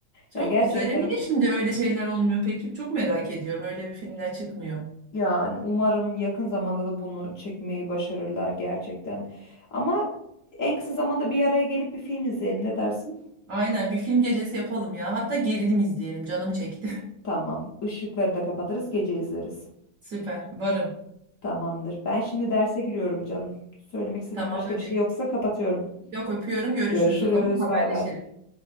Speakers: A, on the right; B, on the left.
A: çok
B: Ya gerçekten
A: güzel. Ya niye şimdi öyle şeyler olmuyor peki? Çok merak ediyorum. Öyle bir filmler çıkmıyor.
B: yani umarım yakın zamanda da bunu çekmeyi başarırlar gerçekten. Ama en kısa zamanda bir araya gelip bir film izleyelim ne dersin?
A: Aynen bir film gecesi yapalım ya. Hatta gerilim izleyelim. Canım çekti.
B: Tamam. Işıkları da kapatırız gece izleriz.
A: <laughs> Süper. Varım.
B: Tamamdır. Ben şimdi derse giriyorum canım. Söylemek istediğim
A: Tamam
B: başka
A: bebeğim.
B: bir şey yoksa kapatıyorum.
A: Yok öpüyorum. Görüşürüz
B: Görüşürüz.
A: o zaman. Haberleşiriz.
B: Bay bay.